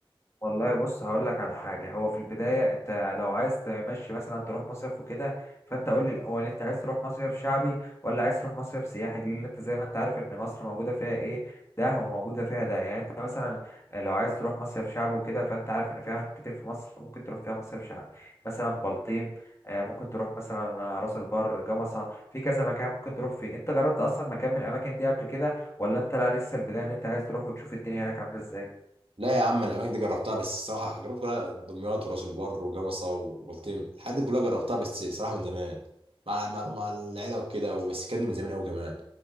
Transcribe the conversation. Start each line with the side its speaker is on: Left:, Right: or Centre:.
Left: والله بص هقول لك على حاجه هو في البدايه انت لو عايز تمشي مثلا تروح مصيف وكده فانت قول لي الاول انت عايز تروح مصيف شعبي ولا عايز تروح مصيف سياحي لان انت زي ما انت عارف ان مصر موجوده فيها ايه ده وموجوده فيها ده يعني انت مثلا لو عايز تروح مصيف شعبي وكده فانت عارف ان في اماكن كتير في مصر ممكن تروح فيها مصيف شعبي مثلا بلطيم آه، ممكن تروح مثلا راس البر جمصة في كذا مكان ممكن تروح فيه انت جربت اصلا مكان من الاماكن دي قبل كده ولا انت لا لسه البدايه ان انت عايز تروح وتشوف الدنيا هناك عامله ازاي
Right: لا يا عم الاماكن دي جربتها بس الصراحه جربت كلها دمياط وراس البر وجمصه وبلطيم الحاجات دي كلها جربتها بس صراحه من زمان مع الع- مع مع العيله وكده وبس كان من زمان قوي كمان